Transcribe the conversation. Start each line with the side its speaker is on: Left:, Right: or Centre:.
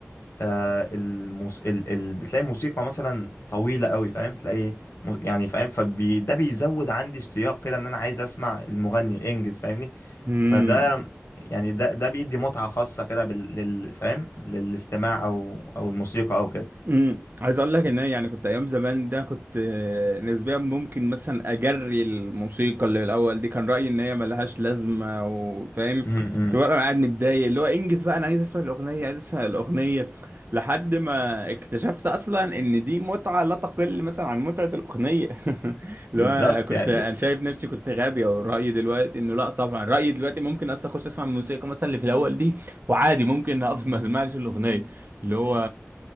Left: آه الموس... ال... ال... بتلاقي موسيقى مثلا طويلة قوي فاهم تلاقي مو- يعني فاهم فبي... ده بيزود عندي اشتياق كده ان انا عايز اسمع المغني انجز فاهمني
Right: امم
Left: فده يعني ده ده بيدي متعة خاصة كده بال... لل... فاهم للاستماع او او الموسيقى او كده
Right: امم عايز اقول لك ان انا يعني كنت ايام زمان ده كنت آه، نسبيا ممكن مثلا اجري الموسيقى اللي الاول دي كان رايي ان هي ملهاش لازمه وفاهم
Left: امم
Right: تبقى انا قاعد متضايق اللي هو انجز بقى انا عايز اسمع الاغنيه عايز اسمع الاغنيه لحد ما اكتشفت اصلا ان دي متعه لا تقل مثلا عن متعه الاغنيه <laughs> اللي
Left: بالظبط
Right: هو أنا كنت
Left: يعني
Right: انا
Left: ده...
Right: شايف نفسي كنت غبي او رايي دلوقتي انه لا طبعا رايي دلوقتي ممكن اصلا اخش اسمع الموسيقى مثلا اللي في الاول دي وعادي ممكن اقف ما اسمعش الاغنيه اللي هو